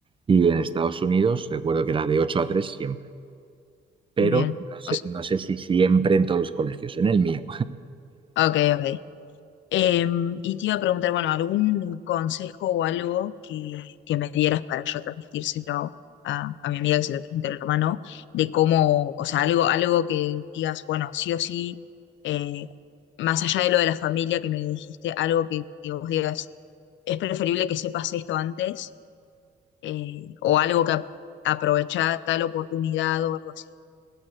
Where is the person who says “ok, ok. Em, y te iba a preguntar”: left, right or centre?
Left